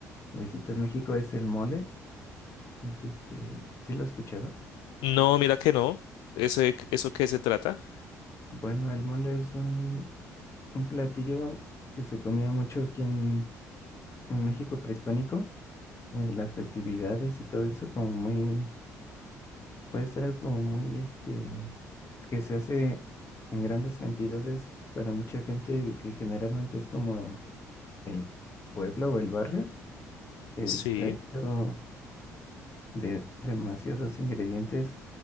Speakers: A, on the left (about 35°); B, on the left (about 65°).
A: o visitas México, es el mole. Es este, ¿sí lo has escuchado?
B: No, mira que no. ¿Ese, eso qué se trata?
A: Bueno, el mole es un, un platillo que se comía mucho aquí en, en México prehispánico, en las festividades y todo eso, como muy, puede ser algo como muy, este, que se hace en grandes cantidades para mucha gente, que generalmente es como el pueblo o el barrio, que
B: Sí,
A: está hecho de demasiados ingredientes.